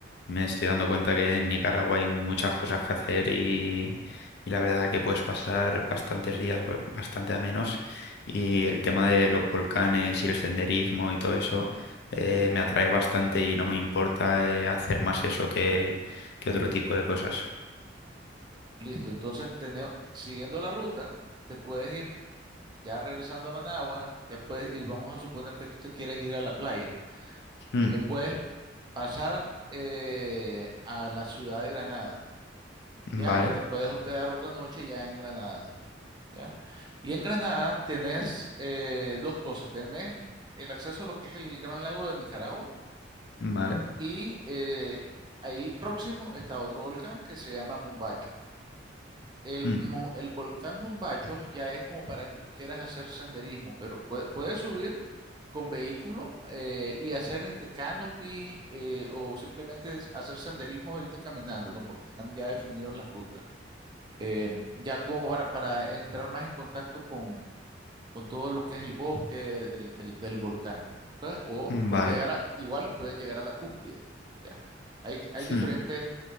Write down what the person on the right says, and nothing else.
Listo, entonces tene- siguiendo la ruta, te puedes ir ya regresando a Managua, ya puedes, y vamos a suponer que tú te quieres ir a la playa.
Eh, puedes pasar eh, a la ciudad de Granada, ¿ya?
Y te puedes hospedar otra noche ya en Granada, ¿ya? Y en Granada tenés eh, dos cosas, tenés el acceso a lo que es el Gran Lago de Nicaragua
Y eh, ahí próximo está otro volcán que se llama Mombacho. El,
mo- el volcán Mombacho ya es como para que tú quieras hacer senderismo, pero pue- puedes subir con vehículo eh, y hacer este canopy eh, o simplemente es hacer senderismo o irte caminando, ¿no? Porque están ya definidos las rutas. Eh, ya como para, para entrar más en contacto con todo lo que es el bosque del, del- del- del volcán, ¿ok? O
puedes llegar a, igual puedes llegar a la cúspide, ¿ya? Hay, hay diferentes